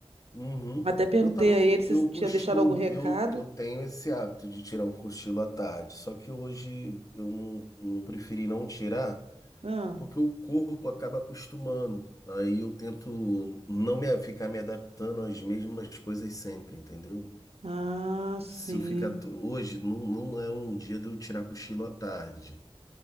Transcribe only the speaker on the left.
Uhum.
Eu também,
eu
costumo,
eu, eu tenho esse hábito de tirar um cochilo à tarde, só que hoje eu não, eu preferi não tirar,
porque o corpo acaba acostumando. Aí eu tento não me, ficar me adaptando às mesmas coisas sempre, entendeu?
Se eu ficar, to- hoje não, não é um dia de eu tirar cochilo à tarde.